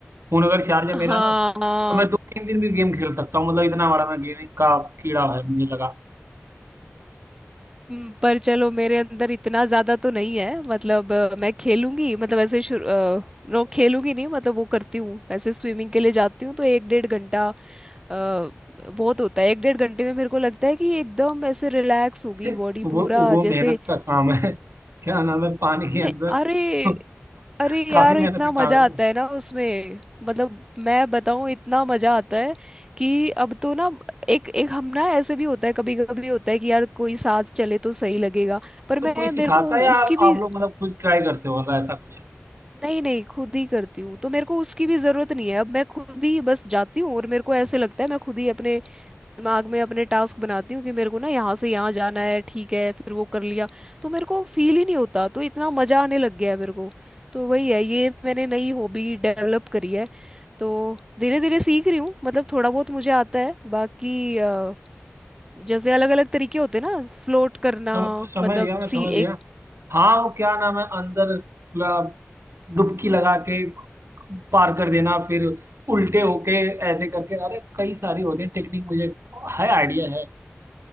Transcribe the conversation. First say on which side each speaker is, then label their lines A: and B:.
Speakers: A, on the right (about 75°); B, on the right (about 20°).
A: फोन अगर चार्ज है
B: हाँ
A: मेरा ना तो
B: हाँ
A: मैं दो तीन दिन भी गेम खेल सकता हूँ मतलब इतना बड़ा मैं गेमिंग का कीड़ा है मुझे लगा
B: हम्म, पर चलो मेरे अंदर इतना ज्यादा तो नहीं है मतलब अ, मैं खेलूंगी मतलब ऐसे शुरू अ, नो खेलूंगी नहीं मतलब वो करती हूँ ऐसे स्विमिंग के लिए जाती हूँ तो एक डेढ़ घंटा अ, बहुत होता है एक डेढ़ घंटे में मेरे को लगता है कि एकदम ऐसे रिलैक्स हो गई
A: <laughs>
B: बॉडी
A: वो
B: पूरा
A: वो मेहनत
B: जैसे
A: का काम है <laughs> क्या नाम है पानी के
B: ने
A: अंदर
B: अरे
A: <laughs>
B: अरे
A: काफी
B: यार
A: मेहनत
B: इतना
A: का
B: मजा
A: काम है
B: आता
A: वो
B: है ना उसमें मतलब मैं बताऊं इतना मजा आता है कि अब तो ना एक एक हम ना ऐसे भी होता है कभी कभी होता है कि यार कोई साथ चले तो सही लगेगा पर
A: तो
B: मैं
A: कोई
B: मेरे
A: सिखाता
B: को
A: है या
B: उसकी
A: आप आप
B: भी
A: लोग मतलब खुद ट्राई करते हो मतलब ऐसा कुछ है
B: नहीं नहीं खुद ही करती हूँ तो मेरे को उसकी भी जरूरत नहीं है अब मैं खुद ही बस जाती हूँ और मेरे को ऐसे लगता है मैं खुद ही अपने दिमाग में अपने टास्क बनाती हूँ कि मेरे को ना यहाँ से यहाँ जाना है ठीक है फिर वो कर लिया तो मेरे को फील ही नहीं होता तो इतना मजा आने लग गया है मेरे को तो वही है ये मैंने नई हॉबी डेवलप करी है तो धीरे धीरे सीख रही हूँ मतलब थोड़ा बहुत मुझे आता है बाकी अ, जैसे अलग अलग तरीके होते हैं ना फ्लोट करना
A: सम- समझ
B: मतलब
A: गया मैं
B: सी
A: समझ गया
B: एक
A: हाँ वो क्या नाम है अंदर पूरा डुबकी लगा के पार कर देना फिर उल्टे होके ऐसे करके अरे कई सारी होती है टेक्निक मुझे है आइडिया है